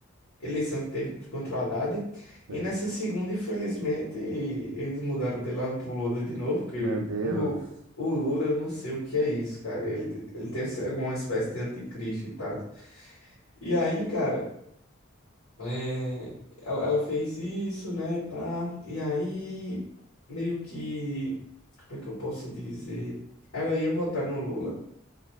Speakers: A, on the left; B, on the right.
A: eleição que teve contra o Haddad.
B: Sim.
A: E nessa segunda, infelizmente, eles mudaram de lado pro Lula de novo, porque
B: Meu Deus.
A: o, o Lula, eu não sei o que é isso, cara. Ele, ele deve ser alguma espécie de anticristo e tal. E aí, cara, é, ela, ela fez isso, né, pá. E aí, meio que, como é que eu posso dizer? Ela ia votar no Lula.